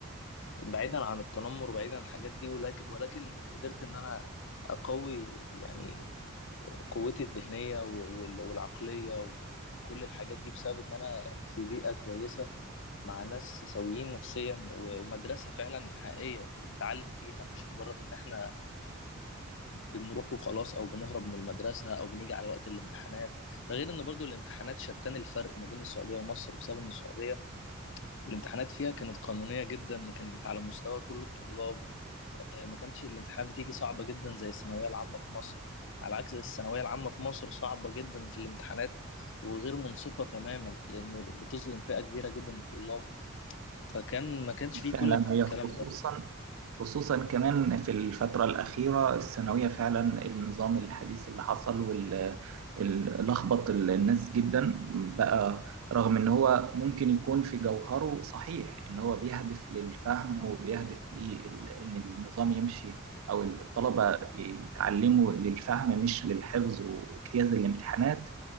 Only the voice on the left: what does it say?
وبعيدا عن التنمر وبعيدا عن الحاجات دي ولكن ولكن قدرت إن أنا أقوي يعني قوتي الذهنية وال- والعقلية وكل الحاجات دي بسبب إن أنا في بيئة كويسة مع ناس سويين نفسيا ومدرسة فعلا حقيقية بنتعلم فيها مش مجرد إن إحنا بنروح وخلاص أو بنهرب من المدرسة أو بنيجي على وقت الامتحانات ده غير إن برضو الامتحانات شتان الفرق ما بين السعودية ومصر بسبب إن السعودية الامتحانات فيها كانت قانونية جدا كانت على مستوى كل الطلاب ما كانتش الامتحانات بتيجي صعبة جدا زي الثانوية العامة في مصر على عكس الثانوية العامة في مصر صعبة جدا في الامتحانات وغير منصفة تماما لأنه بتظلم فئة كبيرة جدا من الطلاب فكان ما كانش فيه
كل الكلام
ده